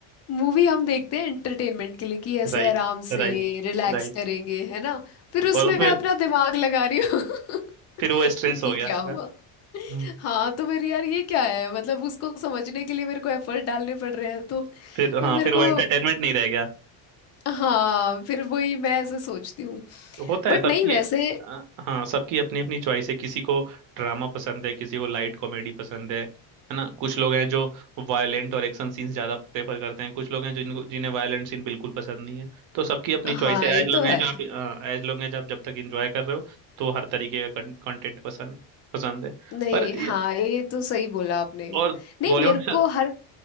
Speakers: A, on the left; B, on the right.
A: मूवी हम देखते हैं एंटरटेनमेंट के लिए कि ऐसे
B: Right
A: आराम से
B: right
A: रिलैक्स
B: right
A: करेंगे है ना फिर उसमें
B: और उसमें
A: मैं अपना दिमाग लगा रही हूँ <laughs>
B: फिर वो स्ट्रेस
A: कि
B: हो गया
A: क्या हुआ
B: हाँ? हम्म।
A: हाँ तो फिर यार ये क्या है मतलब उसको समझने के लिए मेरे को एफर्ट डालने पड़ रहे हैं तो
B: फिर
A: मैं
B: हाँ
A: मेरे
B: फिर वो
A: को
B: एंटरटेनमेंट नहीं रह गया
A: हाँ फिर वही मैं ऐसे सोचती हूँ
B: तो होता
A: बट
B: है सबकी
A: नहीं वैसे
B: अ, हाँ सबकी अपनी अपनी चॉइस है किसी को ड्रामा पसंद है किसी को लाइट कॉमेडी पसंद है है ना कुछ लोग हैं जो वायलेंट और एक्शन सीन्स ज्यादा प्रेफर करते हैं कुछ लोग हैं जिनको जिन्हें वायलेंट सीन बिल्कुल पसंद नहीं है तो सबकी अपनी
A: हाँ
B: चॉइस है
A: ये
B: एज लोग
A: तो
B: हैं
A: है
B: जो आप एज लोग हैं जो आप जब तक एंजॉय कर रहे हो तो हर तरीके का कंटेंट पसंद है पसंद है
A: नहीं
B: पर ये-
A: हाँ ये तो सही बोला आपने
B: और
A: नहीं
B: बॉलीवुड
A: मेरे को हर